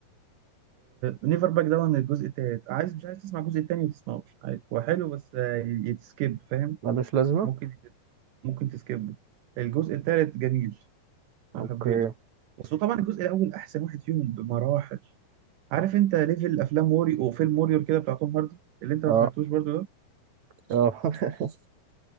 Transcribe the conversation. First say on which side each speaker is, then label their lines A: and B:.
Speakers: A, on the right (about 70°); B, on the right (about 55°).
A: نيفر باك داون الجزء التالت عايز مش عايز تسمع الجزء التاني ما تسمعوش عادي هو حلو بس آه، يتسكيب فاهم
B: ملوش لازمه
A: ممكن ممكن تسكبه الجزء الثالث جميل
B: اوكي
A: انا حبيته بس هو طبعا الجزء الاول احسن واحد فيهم بمراحل عارف انت ليفل افلام ووري او فيلم ووريور كده بتاع توم هاردي اللي انت
B: اه
A: ما سمعتوش برضو ده
B: اه <laughs>